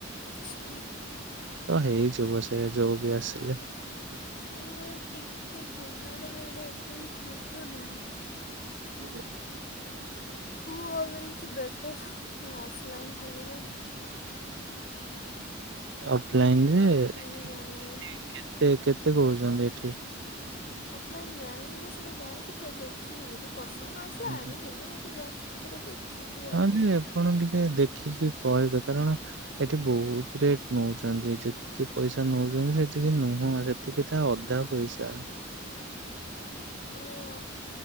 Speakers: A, on the left; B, on the right.
A: ଏଚ୍ ପି
B: ତ ହେଇଯିବ ସେ ଯୋଉ ବି ଆସିଲେ।
A: ନା ମର ଟିକେ ପୁର୍ଣାଟା ଗଟେ ଏତେ ବି ଛୋଟ ନୁହଁ।
B: କିେ
A: ହଁ ଆଉ ବେଲିକ ବେଟର୍ ଅଫଲାଇନ୍ କିଣିବି ଆଉ।
B: ଅଫଲାଇନରେ
A: କ୍ୱାଲିଟି
B: <unintelligible>
A: ବି ଜାଣିବି।
B: ସେ କେତେ କହୁଚନ୍ତି ଏଠି?
A: ଅଫଲାଇନ ଜାଣିନି ବା ସେଇଟା ଯାଇକି ତ ଦେଖିବି ଯଦି ପସନ୍ଦ ନ ଆସିଲା
B: ଏଠି?
A: ଆଣିବିନି ବାକି ଯା ଥରେ ଦେଖିବି
B: ହଁ
A: ଆଉ।
B: ଯେ ଆପଣ ଟିକେ ଦେଖିକି କହିବେ କାରଣ ଏଠି ବହୁତ ରେଟ ନଉଛନ୍ତି। ପଇସା ନଉଛନ୍ତି ସେତିକି ନୁହଁ ସେତିକି ତା ଅଧା ପଇସା।
A: ଓ।